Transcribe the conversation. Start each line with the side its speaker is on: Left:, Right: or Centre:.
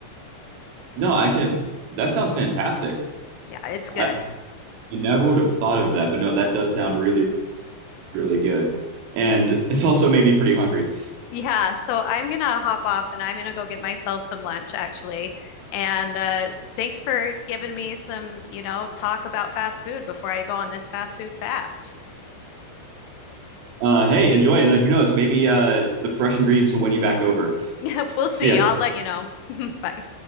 Right: No, I can. That sounds fantastic.
Left: Yeah, it's good.
Right: I never would have thought of that, but no, that does sound really really good. And it's also made me pretty hungry.
Left: Yeah, so I'm gonna hop off and I'm gonna go get myself some lunch actually. And uh, thanks for giving me some, you know, talk about fast food before I go on this fast food fast.
Right: Uh, hey, enjoy, and who knows? Maybe uh, the fresh ingredients will win you back over.
Left: <laughs> We'll
Right: See
Left: see.
Right: ya.
Left: I'll let you know. <laughs> Bye.